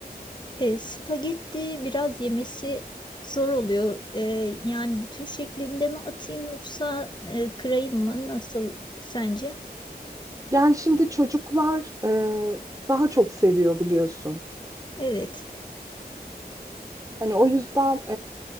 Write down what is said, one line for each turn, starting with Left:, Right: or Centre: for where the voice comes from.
Left: E, spagetti biraz yemesi zor oluyor. E, yani bütün şeklinde mi atayım yoksa e, kırayım mı? Nasıl sence?
Right: Yani şimdi çocuklar e, daha çok seviyor biliyorsun.
Left: Evet,
Right: Hani o yüzden